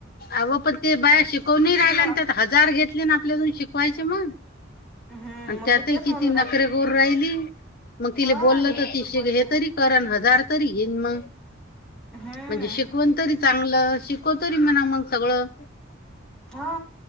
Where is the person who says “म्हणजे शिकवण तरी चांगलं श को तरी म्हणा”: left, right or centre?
Left